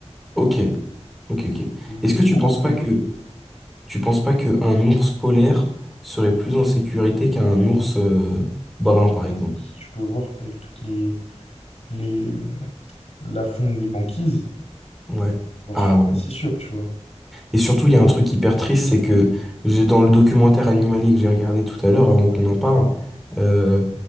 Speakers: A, in the centre; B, on the left.
A: Ok. Ok, ok.
B: Des, des-
A: Est-ce que
B: des
A: tu
B: gros
A: penses
B: grizzlies.
A: pas que tu penses pas qu'un ours polaire serait plus en sécurité qu'un ours euh, brun,
B: Bah,
A: par exemple?
B: Si tu peux voir avec toutes les, les la fonte des banquises,
A: Ouais.
B: j'en suis
A: Ah
B: pas
A: ouais.
B: si sûr, tu vois.
A: Et surtout, il y a un truc hyper triste, c'est que j'ai dans le documentaire animalier que j'ai regardé tout à l'heure, avant qu'on en parle, euh,